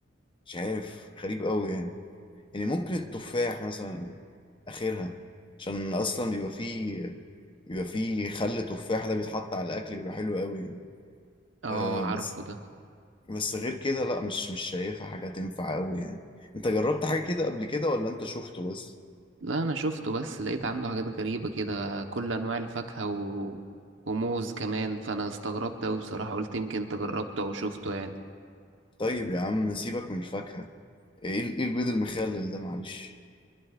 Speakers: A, on the left; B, on the right.
A: مش عارف غريب قوي يعني يعني ممكن التفاح مثلا اخرها عشان اصلا بيبقى فيه بيبقى فيه خل تفاح ده بيتحط على الاكل بيبقى حلو قوي يعني.
B: اه
A: آه
B: عارفه
A: بس
B: ده
A: بس غير كده لا مش مش شايفها حاجة تنفع قوي يعني انت جربت حاجة كده قبل كده ولا انت شفته بس
B: لا انا شفته بس لقيت عنده حاجات غريبة كده كل انواع الفاكهة و... وموز كمان فانا استغربت اوي بصراحة قلت يمكن انت جربته او شفته يعني
A: طيب يا عم سيبك من الفاكهة ايه ال- إيه البيض المخلل ده معلش